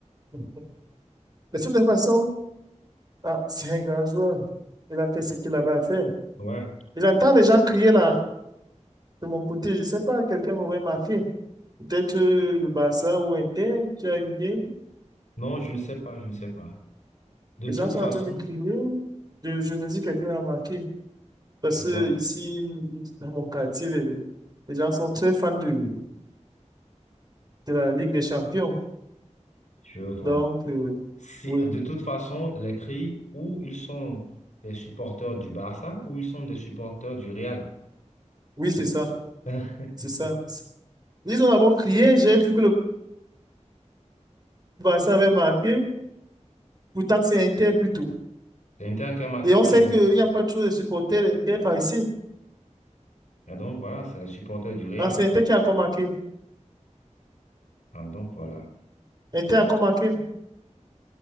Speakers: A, on the right; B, on the left.
A: Mais De toutes les façons, ah, c'est un grand joueur. Il a fait ce qu'il avait à faire.
B: Ouais.
A: Et J'entends les gens crier là, de mon côté. Je ne sais pas, quelqu'un m'aurait marqué. Peut-être euh, le Barça ou Inter, tu as une idée.
B: Non, je ne sais pas, je ne sais pas. De
A: Les
B: toute
A: gens sont
B: façon,
A: en train de crier. Je, je me dis quelqu'un a marqué. Parce
B: je vois,
A: que ici, dans mon quartier, les, les gens sont très fans de, de la Ligue des Champions.
B: je vois.
A: Donc, euh,
B: Si,
A: oui,
B: de toute façon, les cris, ou ils sont des supporters du Barça, ou ils sont des supporters du Real.
A: oui, c'est ça.
B: <laughs>
A: C'est ça.
B: C'est
A: Ils ont d'abord crié, j'ai cru que le Barça avait marqué. Pourtant, c'est Inter plutôt.
B: Inter qui a marqué
A: Et on sait
B: le...
A: qu'il n'y a pas trop de supporters Inter par ici.
B: Ah, donc voilà, c'est les supporters du Real.
A: Non, c'est Inter qui a encore marqué.
B: Ah, donc voilà.
A: Inter a encore marqué.